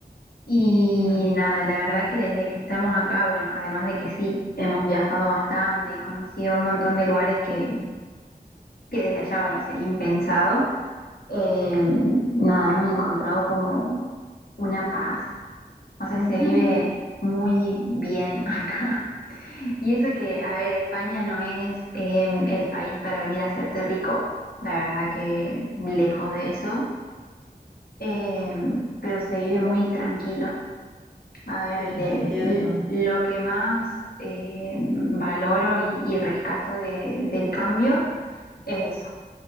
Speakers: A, on the left (about 65°); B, in the centre.
A: Y
B: Claro.
A: nada, la verdad que desde que estamos acá, bueno, además de que sí, hemos viajado bastante y conocido un montón de lugares que que desde allá, bueno, sería impensado, eh, nada, hemos encontrado como una paz, o sea,
B: <laughs>
A: se vive muy bien <laughs> acá. Y eso que, a ver, España no es eh, el país para venir a hacerte rico, la verdad que lejos de eso, eh, pero se vive muy tranquilo. A ver,
B: Sí,
A: de
B: te entiendo.
A: l- lo que más eh, valoro y, y rescato de- del cambio es eso